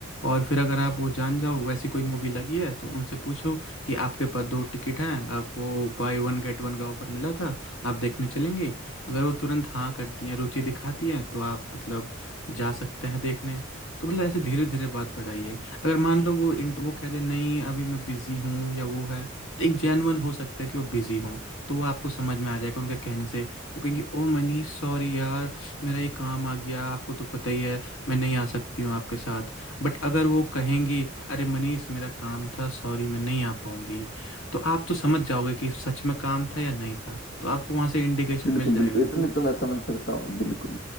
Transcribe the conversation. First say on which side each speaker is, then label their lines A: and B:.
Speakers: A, on the left (about 85°); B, on the left (about 60°).
A: और फिर अगर आप वो जान जाओ वैसी कोई मूवी लगी है तो उनसे पूछो कि आपके पास दो टिकट हैं आप वो बाय वन गेट वन का ऑफर मिला था आप देखने चलेंगे अगर वो तुरंत हाँ करती हैं रुचि दिखाती हैं तो आप मतलब जा सकते हैं देखने तो मतलब ऐसे धीरे धीरे बात बढ़ाइए अगर मान लो वो int- वो कह दे नहीं अभी मैं बिज़ी हूँ या वो है तो एक जेन्युइन हो सकता है कि वो बिज़ी हों तो वो आपको समझ में आ जाएगा उनके कहने से वो कहेंगे ओ मनीष सॉरी यार मेरा ये काम आ गया आपको तो पता ही है मैं नहीं आ सकती हूँ आपके साथ बट अगर वो कहेंगी अरे मनीष मेरा काम था सॉरी मैं नहीं आ पाऊंगी तो आप तो समझ जाओगे कि सच में काम था या नहीं था तो आपको वहां से इंडिकेशन
B: बिल्कुल
A: मिल जाएगा
B: बिल्कुल इतने तो मैं समझ सकता हूँ बिल्कुल